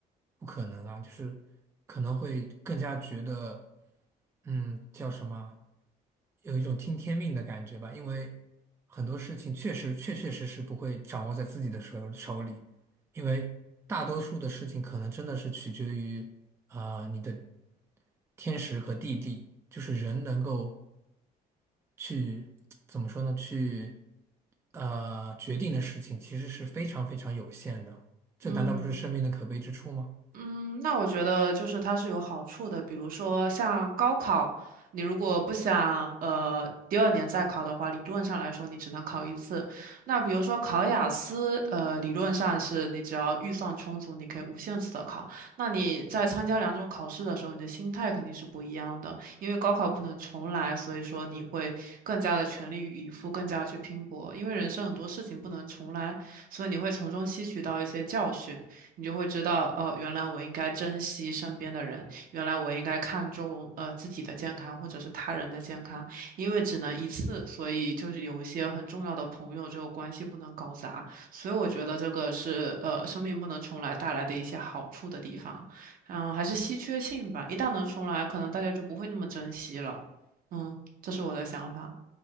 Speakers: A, on the right (about 15°); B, on the right (about 55°).
A: 不可能啊，就是可能会更加觉得，嗯，叫什么，有一种听天命的感觉吧，因为很多事情确实确确实实不会掌握在自己的手手里。因为大多数的事情可能真的是取决于啊、你的天时和地利，就是人能够去怎么说呢？去呃决定的事情其实是非常非常有限的，这难道不是生命的可悲之处吗？
B: 嗯。嗯，那我觉得就是它是有好处的，比如说像高考，你如果不想呃第二年再考的话，理论上来说你只能考一次。那比如说考雅思，呃，理论上是你只要预算充足，你可以无限次的考。那你在参加两种考试的时候，你的心态肯定是不一样的，因为高考不能重来，所以说你会更加的全力以赴，更加地去拼搏，因为人生很多事情不能重来，所以你会从中吸取到一些教训。你就会知道，呃，原来我应该珍惜身边的人，原来我应该看重呃自己的健康或者是他人的健康，因为只能一次，所以就是有一些很重要的朋友，这个关系不能搞砸，所以我觉得这个是呃生命不能重来带来的一些好处的地方，嗯，还是稀缺性吧，一旦能重来，可能大家就不会这么珍惜了，嗯，这是我的想法，